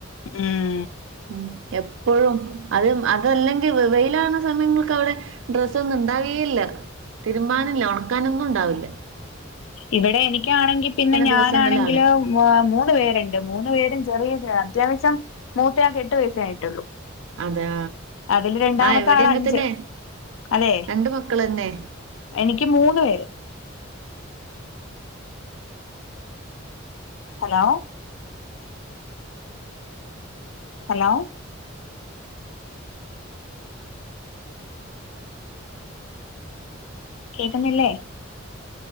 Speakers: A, on the left; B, on the right.
A: ഉം
B: ഉം എപ്പഴും അത് അതല്ലെങ്കി വെ വെയിലാകണ സമയങ്ങൾക്കവിടെ ഡ്രസ്സ് ഒന്നും ഇണ്ടാവേയില്ലാ തിരുമ്പാനില്ല ഒണക്കാനൊന്നും ഇണ്ടാവില്ലാ
A: ഇവിടെ എനിക്കാണെങ്കി പിന്നെ ഞാനാണെങ്കില്
B: ദിവസങ്ങളിലാണ്.
A: മ്വാ മൂന്ന് പേരുണ്ട് മൂന്ന് പേരും ചെറിയ അത്യാവശ്യം മൂത്തയാക്ക് എട്ട് വയസ്സേ ആയിട്ടുള്ളൂ
B: അതാ
A: അതില് രണ്ടാമത്തെ
B: ആഹ് ഇവിടെ
A: ആള്
B: അങ്ങെൻ
A: അഞ്ച്.
B: തന്നെ
A: അതെ
B: രണ്ട് മക്കള് തന്നെ
A: എനിക്ക് മൂന്ന് പേര് ഹലോ ഹലോ കേക്കുന്നില്ലേ